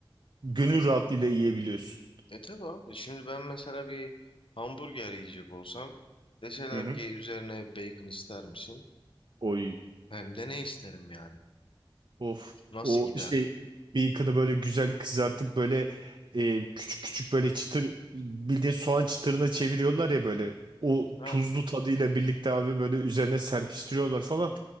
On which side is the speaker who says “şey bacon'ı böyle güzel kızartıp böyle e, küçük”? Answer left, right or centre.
Right